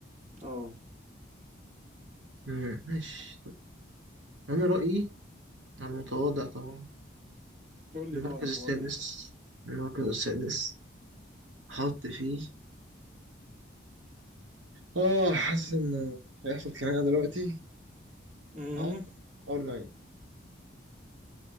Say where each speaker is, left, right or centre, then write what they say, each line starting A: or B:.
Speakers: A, on the right (about 40°); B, on the right (about 80°).
A: اه
B: امم ماشي طيب انا رأيي على المتواضع طبعا
A: قول لي
B: المركز
A: طبعا متواضع
B: السادس
A: انت
B: المركز السادس حط فيه اه حاسس ان هيحصل خناقة دلوقتي
A: Mhm.
B: احط ار 9